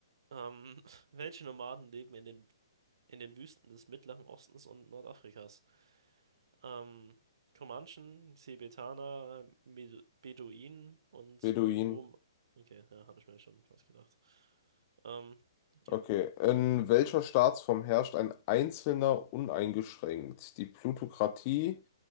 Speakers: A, on the right (about 70°); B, on the left (about 35°).
A: Ähm, <laughs> welche Nomaden leben in den, in den Wüsten des Mittleren Ostens und Nordafrikas? Ähm, Comanchen, Tibetaner, Med Beduinen und
B: Beduin.
A: Krom. Okay, ja, habe ich mir schon was gedacht. Ähm, okay.
B: Okay. In welcher Staatsform herrscht ein Einzelner uneingeschränkt? Die Plutokratie,